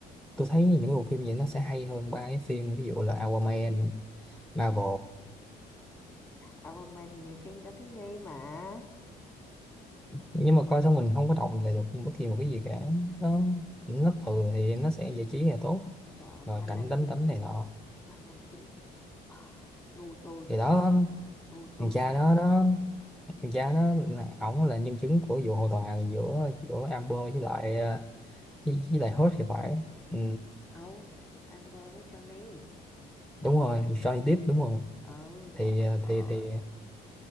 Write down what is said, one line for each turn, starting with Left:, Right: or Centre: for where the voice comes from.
Centre: tôi thấy những bộ phim vậy nó sẽ hay hơn ba cái phim ví dụ là Aquaman Marvel
Left: aquaman thì phim cho thiếu nhi mà
Centre: nhưng mà coi xong mình không có động lại được bất kỳ một cái gì cả nó nó ừ thì nó sẽ giải trí là tốt
Left: trời ơi
Centre: và
Left: có anh
Centre: cảnh
Left: nam
Centre: đánh
Left: chính
Centre: đấm
Left: đẹp
Centre: này nọ
Left: có anh nam chính đẹp gu tôi
Centre: thì đó thằng
Left: gu tôi
Centre: cha
Left: trời
Centre: đó nó thằng cha đó, là- ổng là nhân chứng của vụ hồ tòa giữa giữa Amber với lại ờ, với, với lại Hurt thì phải
Left: ơi.
Centre: ừ,
Left: ấu anh Boris Johnny
Centre: đúng rồi Johnny Depp đúng rồi
Left: ừ
Centre: thì
Left: trời
Centre: ờ,
Left: ơi
Centre: thì thì